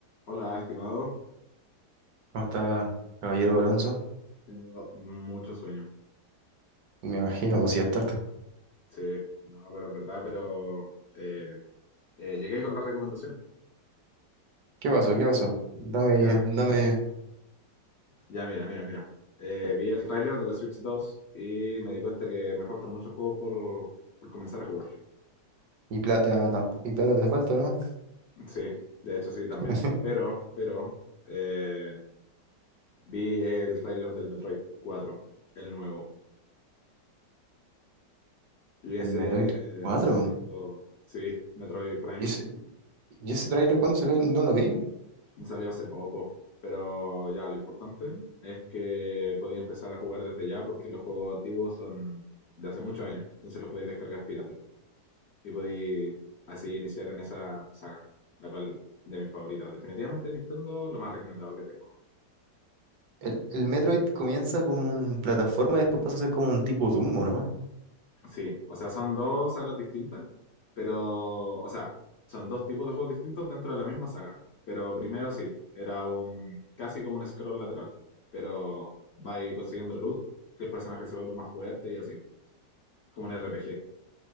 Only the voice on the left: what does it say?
Hola, estimado.
Tengo mucho sueño.
Sí, no, pero es verdad, pero eh, eh, llegué con las recomendaciones.
Ya,
ya, mira, mira, mira. Eh, vi el tráiler de la Switch 2 y me di cuenta que me faltan muchos juegos por, por comenzar a jugar.
Sí, de hecho sí, también.
Pero, pero, eh, vi el tráiler del Metroid 4, el nuevo. Y ese
eh,
se me hizo, sí, Metroid Prime.
Salió hace poco. Pero ya, lo importante es que podía empezar a jugar desde ya porque los juegos antiguos son de hace muchos años. Entonces los podéis descargar pirata. Y podéis así iniciar en esa saga, la cual de mis favoritas. Definitivamente Nintendo, lo más recomendado que tengo
Sí, o sea, son dos sagas distintas, pero, o sea, son dos tipos de juegos distintos dentro de la misma saga. Pero primero sí, era un casi como un scroll lateral, pero va a consiguiendo loot y el personaje se vuelve más fuerte y así, como un RPG.